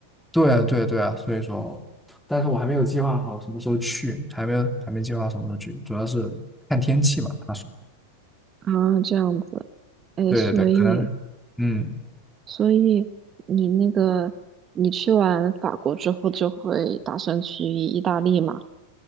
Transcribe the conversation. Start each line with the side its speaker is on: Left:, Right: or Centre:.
Centre: 对啊，对啊对啊，所以说，但是我还没有计划好什么时候去，还没有还没计划好什么时候去，主要是看天气嘛。他说，
Right: 啊，这样子。哎，
Centre: 对对对，
Right: 所以，
Centre: 可能，嗯，
Right: 所以你那个，你去完法国之后就会打算去意大利吗？